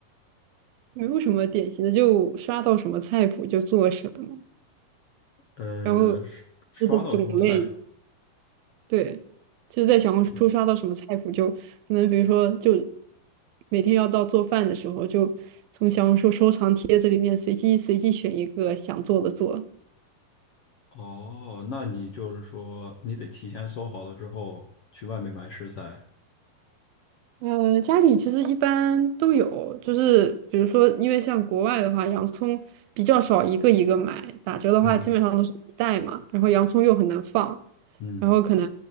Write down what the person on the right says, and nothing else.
<laughs> 没有什么典型的，就刷到什么菜谱就做什么，
然后
吃的种类。对，就是在小红书刷到什么菜谱，
就可能比如说，就每天要到做饭的时候，就从小红书收藏帖子里面随机随机选一个想做的做，
呃，家里其实一般都有，就是比如说，因为像国外的话，洋葱比较少一个一个买，打折的话基本上都是一袋嘛，
然后洋葱又很难放，
然后可能